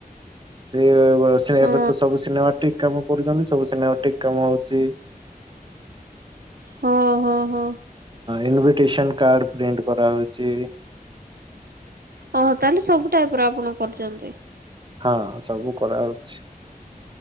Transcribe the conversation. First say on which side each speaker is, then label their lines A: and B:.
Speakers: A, on the right; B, on the right.
A: ଏବେ
B: ହଁ
A: ତ ସବୁ ସିନେମା ଠିକ କାମ। କରୁଛନ୍ତି ସବୁ ସିନେମାଟିକ କାମ ହଉଛି।
B: ହଁ ହଁ ହଁ।
A: ଇନଭିଟେସନ କାର୍ଡ ପ୍ରିଣ୍ଟ କରାହଉଛି।
B: ଓୋ ତାହେଲେ ସବୁ ଟାଇପ ର ଆପଣ କରିଛନ୍ତି।
A: ହଁ ସବୁ କରା ହଉଛି।